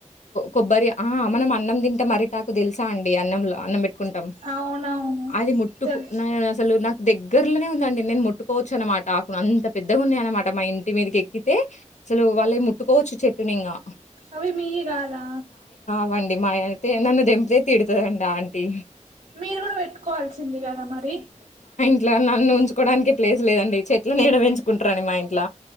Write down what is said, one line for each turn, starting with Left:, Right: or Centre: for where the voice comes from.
Left: కొబ్బరి ఆ మనం ఆన్ అన్నం తింటం అరిటాకు తెలుసా అండి అన్నంలో అన్నం పెట్ ట్టుకుంటాం
Right: అవునవును
Left: అది ముట్టుకు
Right: తెలుసు
Left: నీను అసలు నాక్ దగ్గర్లోనే ఉందండి నేను ముట్టుకోవచ్చు అనమాట అంత పెద్దగా ఉన్నాయ, అనమాట మా ఇంటి మీదకి ఎక్కితే అసలు వాళ్ళే ముట్టుకోవచ్చు, చెట్టుని ఇంగా
Right: అవి మీయ్యి కాదా
Left: ఇవ్వండి మా అయితే నన్ను దెంపితే తిడుతదండి ఆంటీ
Right: మీరు కూడా పెట్టుకోవాల్సింది కదా మరి
Left: ఇట్లా నన్ను ఉంచుకోవడానికి ప్లేస్ లేదండి చెట్ల ఏడ పెంచుకుంటారని మా ఇంట్ల